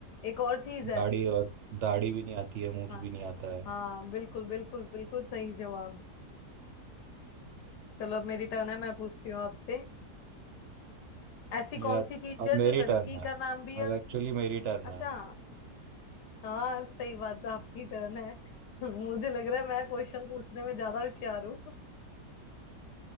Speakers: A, on the left; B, on the right.
A: एक और चीज है
B: दाढ़ी और दाढ़ी भी नहीं आती है मूछ
A: हाँ
B: भी नहीं आता है
A: हाँ बिल्कुल बिल्कुल बिल्कुल सही जवाब चलो अब मेरी टर्न है मैं पूछती हूँ आपसे ऐसी
B: ये
A: कौन
B: अब
A: सी चीज
B: अब
A: है
B: मेरी
A: जो लड़की
B: टर्न है
A: का नाम भी है
B: अब एक्चुअली मेरी टर्न
A: अच्छा
B: है हम्म,
A: हाँ सही बात है आपकी टर्न है <laughs> मुझे लग रहा है मैं क्वेश्चन पूछने में ज्यादा होशियार हूँ